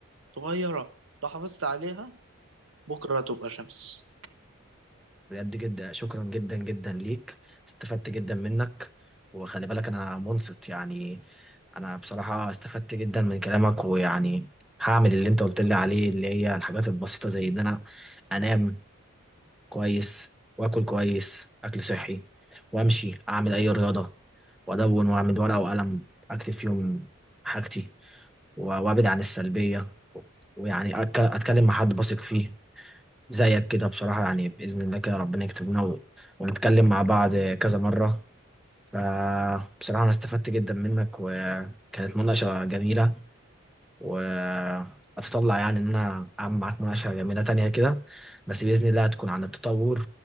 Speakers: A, on the right (about 65°); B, in the centre.
A: صغيرة لو حافظت عليها بكرة تبقى شمس
B: بجد جدا شكرا جدا جدا ليك استفدت جدا منك وخلي بالك انا منصت يعني انا بصراحه استفدت جدا من كلامك ويعني هعمل اللي انت قلت لي عليه اللي هي الحاجات البسيطه زي ان انا انام كويس واكل كويس اكل صحي وامشي اعمل اي رياضه وادون واعمل ورقه وقلم اكتب فيهم حاجتي و- وابعد عن السلبيه ويعني أتك- اتكلم مع حد بثق فيه زيك كده بصراحه يعني باذن الله كده ربنا يكتب لنا و- ونتكلم مع بعض كذا مره فبصراحه انا استفدت جدا منك وكانت مناقشه جميله واتطلع يعني ان انا اعمل معاك مناقشه جميله تانية كده بس باذن الله هتكون عن التطور